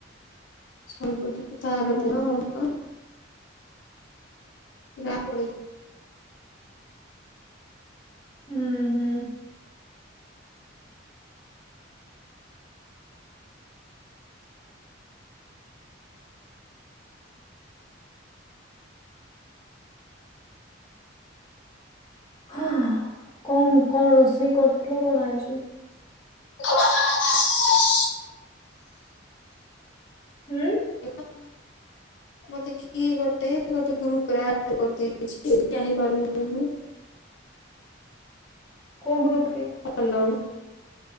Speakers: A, on the left; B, on the left.
A: <unintelligible>
B: ଉଁ ହୁଁ।
A: ରାବଳି
B: ହୁଁ ହୁଁ। ହା କଣ କଣ ରୋଷେଇ କରିଥିଲ କଣ ଆଜି?
A: ହ <unintelligible>
B: ହୁଁ।
A: <unintelligible> ମତେ କିଏ ଗୋଟେ ଗୋଟେ ଗ୍ରୁପରେ ଆଡ଼୍ କରିଦେଇଛି <unintelligible>
B: କୋଉ ଗ୍ରୁପ ରେ?
A: ହ୍ୟାଲୋ।